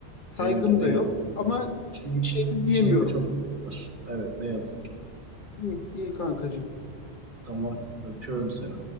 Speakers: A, on the left; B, on the right.
A: Saygım
B: Benim de ne
A: da
B: yazık.
A: yok
B: ki.
A: ama
B: Çünkü
A: bir şey de diyemiyorum.
B: içimizde çok bir şey var. Evet ne yazık ki.
A: İyi, iyi kankacığım.
B: Tamam. Öpüyorum seni.